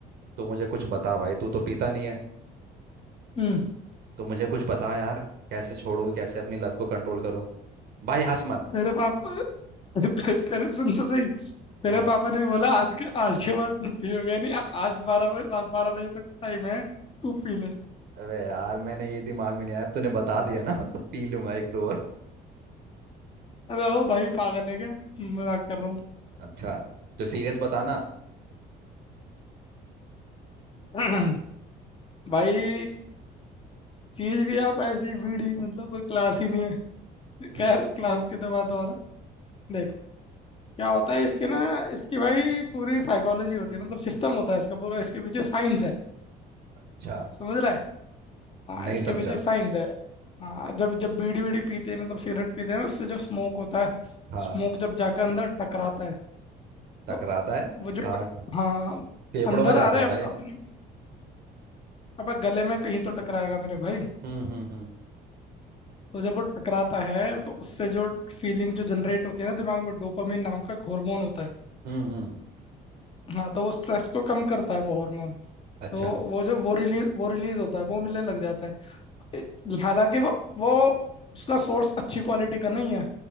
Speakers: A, on the right; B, on the left.
A: तू मुझे कुछ बता भाई तू तो पीता नहीं है
B: हम्म,
A: तो मुझे कुछ बता यार कैसे छोड़ूं कैसे अपनी लत को कंट्रोल करूं भाई हंस मत
B: तेरे पापा <laughs> तेरे सुन तो सही तेरे
A: हाँ
B: पापा ने बोला आज के आज के बाद मत पियो यानी आ- आज बारह बजे रात बारह बजे तक टाइम है तू पी ले
A: अबे यार मैंने ये दिमाग में नहीं आया अब तूने बता दिया ना <laughs> तो पी लूंगा एक दो और
B: अबे ओ भाई पागल है क्या मजाक कर रहा हूँ
A: अच्छा तो सीरियस बताना
B: <clears throat> भाई चीज भी आप ऐसी बीड़ी मतलब कोई क्लास ही नहीं है
A: हम्म
B: खैर क्लास की तो बात और है। देख क्या होता है इसकी ना इसकी भाई पूरी साइकोलॉजी होती है मतलब सिस्टम होता है इसका पूरा इसके पीछे साइंस है
A: अच्छा
B: समझ रहा है हाँ
A: नहीं
B: इसके
A: समझा
B: पीछे साइंस है हाँ जब जब बीड़ी बीड़ी पीते हैं मतलब सिगरेट पीते हैं उससे जो स्मोक होता है
A: हाँ
B: स्मोक जब जाकर अंदर टकराता है
A: टकराता
B: तो
A: है
B: वो जो ट-
A: काट
B: हाँ
A: फेफड़ों
B: अंदर
A: में जाता
B: आ रहे
A: है भाई
B: अब अपने अब गले में कहीं तो टकराएगा मेरे भाई
A: हम्म हम्म हम्म
B: तो जब वो टकराता है तो उससे जो फीलिंग जो जनरेट होती है ना दिमाग में डोपामिन नाम का एक हार्मोन होता है
A: हम्म हम्म
B: हाँ तो वो स्ट्रेस को कम करता है वो हार्मोन
A: अच्छा
B: तो वो जो वो रिलीज वो रिलीज होता है वो मिलने लग जाता है ए- हालांकि वो वो उसका सोर्स अच्छी क्वालिटी का नहीं है